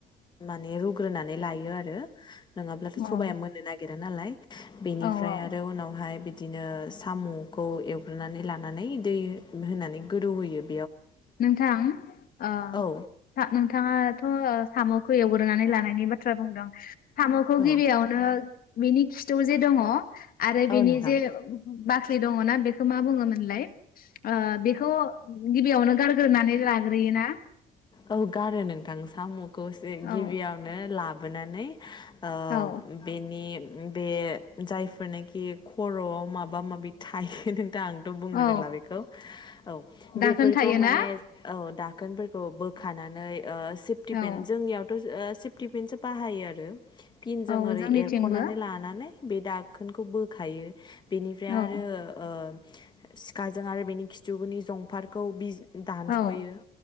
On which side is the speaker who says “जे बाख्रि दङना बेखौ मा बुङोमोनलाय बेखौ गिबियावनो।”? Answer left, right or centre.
Left